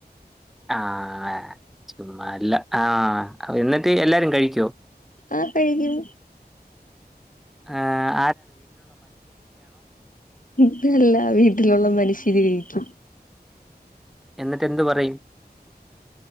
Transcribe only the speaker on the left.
ആഹ് കഴിക്കും
ഇതല്ല വീട്ടിലുള്ള മനുഷ്യര് കഴിക്കും.